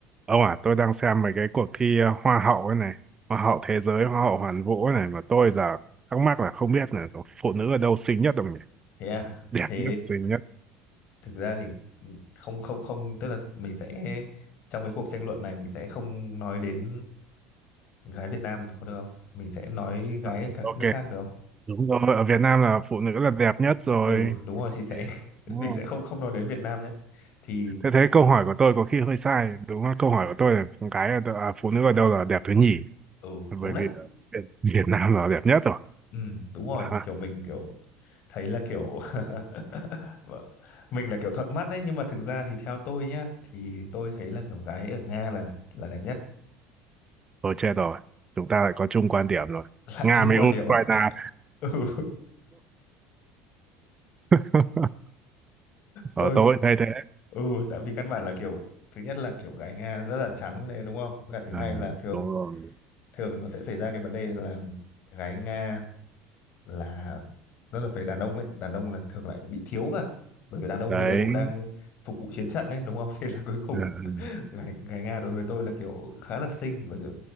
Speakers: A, on the right; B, on the left.
A: Ông à, tôi đang xem mấy cái cuộc thi ờ, hoa hậu ấy này, hoa hậu thế giới, hoa hậu hoàn vũ ấy này mà tôi giờ thắc mắc là không biết là phụ nữ ở đâu xinh nhất không nhỉ?
B: thế à
A: Đẹp
B: thế
A: nhất, xinh nhất.
B: thực ra thì không không không tức là mình sẽ trong cái cuộc tranh luận này mình sẽ không nói đến gái Việt Nam có được không mình sẽ nói gái
A: À,
B: ở các
A: ok,
B: nước khác được không
A: đúng rồi, ở Việt Nam là phụ nữ là đẹp nhất rồi.
B: ừ đúng rồi thì sẽ
A: Thì-
B: <laughs>
A: Đúng
B: mình
A: rồi.
B: sẽ không không nói đến Việt Nam nhất thì
A: Thế thế câu hỏi của tôi có khi hơi sai, đúng không? Câu hỏi của tôi là con gái ở đâu- à, phụ nữ ở đâu là đẹp thứ nhì,
B: ừ đúng
A: bởi
B: đấy
A: vì ờ, Việt, Việt Nam là đẹp nhất rồi.
B: ừ đúng rồi
A: À,
B: kiểu mình kiểu thấy là kiểu <laughs> Vâng. mình là kiểu thuận mắt đấy nhưng mà thực ra thì theo tôi nhá thì tôi thấy là kiểu gái ở Nga là là đẹp nhất
A: thôi chết rồi, chúng ta lại có chung quan điểm rồi.
B: <laughs> lại
A: Nga
B: chung
A: với
B: qua
A: Ukraine.
B: điểm à? <laughs> ừ
A: <laughs> ở
B: tôi
A: tôi thay thế
B: ừ tại vì căn bản là kiểu thứ nhất là kiểu gái Nga rất là trắng đấy đúng không và thứ
A: ừ,
B: hai là thường
A: đúng rồi
B: thường nó sẽ xảy ra cái vấn đề là gái Nga là rất là về đàn ông ấy đàn ông là thường lại bị thiếu cả bởi vì đàn ông
A: đấy
B: bây giờ cũng đang phục vụ chiến trận đấy đúng không <laughs> thế là cuối cùng
A: ừ, ừ,
B: gái, gái Nga đối với tôi là kiểu khá là xinh bởi vì